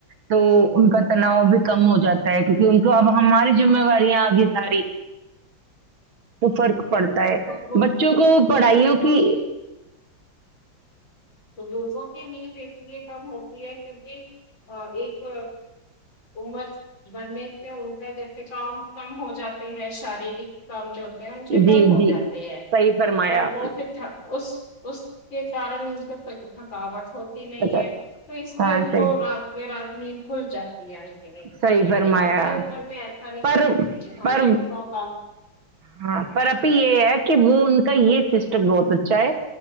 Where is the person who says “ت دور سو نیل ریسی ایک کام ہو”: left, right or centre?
Left